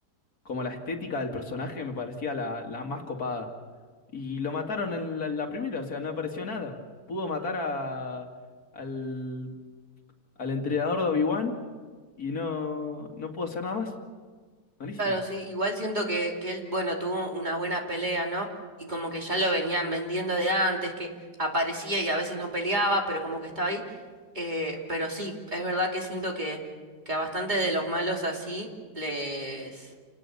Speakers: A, on the left; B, on the right.
A: como la estética del personaje me parecía la, la más copada. Y lo mataron en la, la primera, o sea, no apareció nada. Pudo matar a, al, al entrenador de Obi-Wan y no, no pudo hacer nada más. Malísimo.
B: Claro, sí, igual siento que, que él, bueno, tuvo una buena pelea, ¿no? Y como que ya lo venían vendiendo de antes, que aparecía y a veces no peleaba, pero como que estaba ahí. Eh, pero sí, es verdad que siento que, que a bastantes de los malos así les...